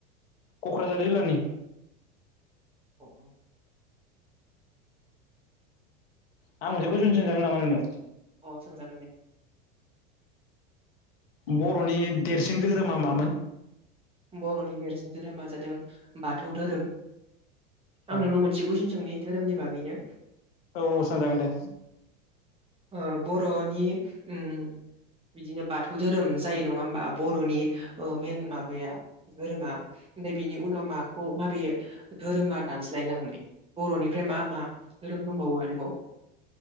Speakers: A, on the left; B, on the right.
A: क'क्राझार जिल्लानि।
B: <inaudible>
A: आं मोनसे कुइसन सोंजागोन नामा नोंनियाव?
B: अ सोंजागोन दे।
A: बर'नि देरसिन धोहोरोमा मामोन?
B: बर'नि देरसिन धोरोमा जादों बाथौ धोरोम आं
A: औ
B: नोंनाव मोनसे कूइसोन सोंनि धोरोमनि बागैनो।
A: औ सोंजागोन दे।
B: ओ बर'नि ओम बिदिनो बाथौ धोरोम जायो नङा होमबा बर'नि ओ मेन मा बैया धोरोमा ओमफाय बिनि उनाव माखौ माबे धोरोमा दानस्लाय लांनाय बर'निफाय मा मा धोरोम दोंबावो आरोबाव?